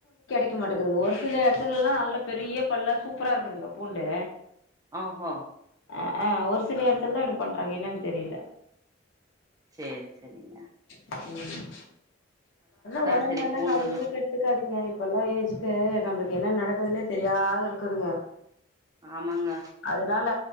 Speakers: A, on the left; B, on the right.
A: நிக்க மாட்டேக்குதுங்க ஒரு சில இடத்துயிலல்லா நல்ல பெரிய பல்லா சூப்பரா இருக்குதுங்க பூண்டு
B: அ ஹோ
A: அ ஆ ஒரு சில எடத்துல்தா இப்டி பண்றாங்க என்னான் தெரியில
B: சேரி செரிங்க
A: ம் <unintelligible> ஒடம்பல்ல
B: சரி பூண்டு
A: அதிகமா கெட்த்துக்காதீங்க இப்பல்லா ஏஜ் ல நம்பக்கு என்னா நடக்குதுன்னே தெரியாது இருக்குதுங்க
B: ஆமாங்க
A: அதுனால